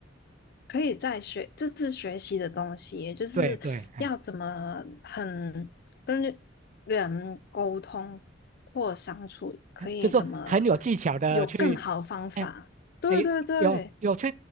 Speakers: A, on the left; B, on the right.
A: 可以在学，就是学习的东西耶就是要怎么很跟人沟通或相处，
B: 对对，嗯。
A: 可以怎么
B: 就是说很有技巧的去，
A: 有更好的方法。
B: 哎、
A: 对对对
B: 哎、有有去